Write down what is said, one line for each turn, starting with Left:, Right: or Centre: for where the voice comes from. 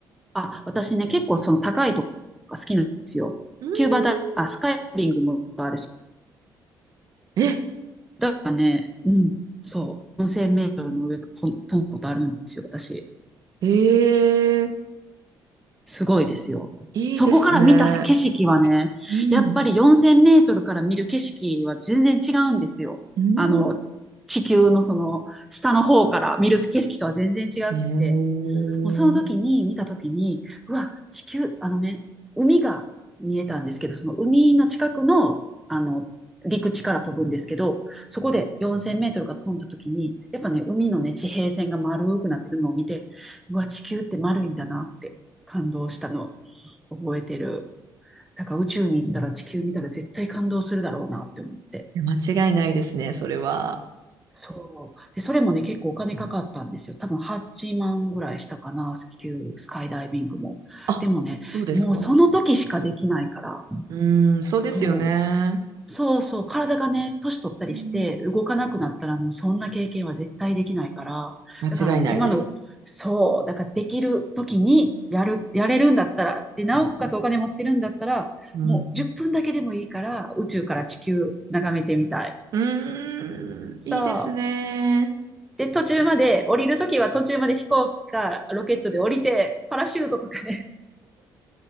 Centre: あ、私ね、結構その高いとこが好きなんですよ。
Right: うーん
Centre: キューバだ、あ、スカイダイビングもあるし。
Right: え、
Centre: だからね、うん、そう。4000メートルの上飛んだことあるんですよ、私。
Right: ええ
Centre: すごいですよ。
Right: いいですね。
Centre: そこから見た景色はね、
Right: うん。
Centre: やっぱり4000メートルから見る景色は全然違うんですよ。
Right: うん
Centre: あの、地球のその下の方から見る景色とは全然違くて。
Right: え
Centre: もうその時に見た時に、うわ、地球、あのね、海が見えたんですけど、その海の近くの、あの、陸地から飛ぶんですけど、そこで4000メートルが飛んだ時に、やっぱね、海のね、地平線が丸くなってるのを見て、うわ、地球って丸いんだなって感動したのを覚えてる。だから宇宙に行ったら地球見たら絶対感動するだろうなって思って。
Right: え間違いないですね、それは。
Centre: そう。で、それもね、結構お金かかったんですよ。多分8万ぐらいしたかな、スキュー、スカイダイビングも。
Right: あ、
Centre: でもね、
Right: そうですか。
Centre: もうその時しかできないから、
Right: うん、そうですよね。
Centre: そう。そうそう、体がね、年取ったりして動かなくなったらもうそんな経験は絶対できないから、
Right: うん間違いないです。
Centre: だからね、今の、そう、だからできる時にやる、やれるんだったら、で、なおかつお金持ってるんだったら、
Right: うん。
Centre: もう10分だけでもいいから宇宙から地球眺めてみたい。
Right: うーん、
Centre: そう。
Right: いいですね。
Centre: で、途中まで、降りるときは途中まで飛行機かロケットで降りて、パラシュートとかね、